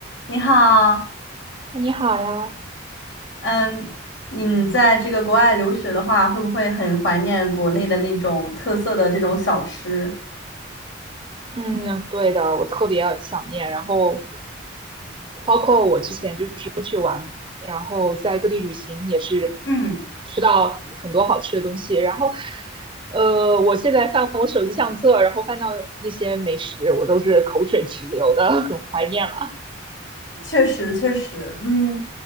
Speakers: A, on the left; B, on the right.
A: 你好，
B: 你好呀，
A: 嗯，你在这个国外留学的话，会不会很怀念国内的那种特色的这种小吃？
B: 嗯，对的，我特别想念。然后，包括我之前就是出去玩，然后在各地旅行也是
A: 嗯，
B: 吃到很多好吃的东西。然后，呃，我现在翻我手机相册，然后翻到那些美食，我都是口水直流的，很怀念了。
A: 确实确实，嗯，